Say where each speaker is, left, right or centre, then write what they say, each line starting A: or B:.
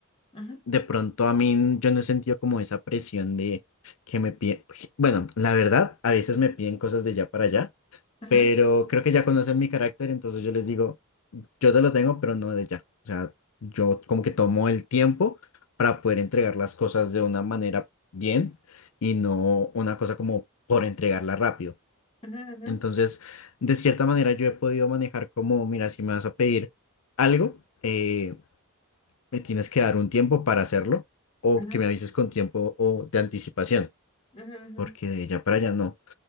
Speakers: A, on the left; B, on the left.
A: Ujú,
B: De pronto a mí yo no he sentido como esa presión de que me piden, bueno, la verdad, a veces me piden cosas de allá para allá,
A: ujú,
B: pero creo que ya conocen mi carácter, entonces yo les digo, yo te lo tengo, pero no de ya. O sea, yo como que tomo el tiempo para poder entregar las cosas de una manera bien y no una cosa como por entregarla rápido.
A: ujú,
B: Entonces, de cierta manera yo he podido manejar como, mira, si me vas a pedir algo, eh, me tienes que dar un tiempo para hacerlo o
A: ujú,
B: que me avises con tiempo o de anticipación,
A: ujú, ujú,
B: porque
A: ujú.
B: de allá para allá no.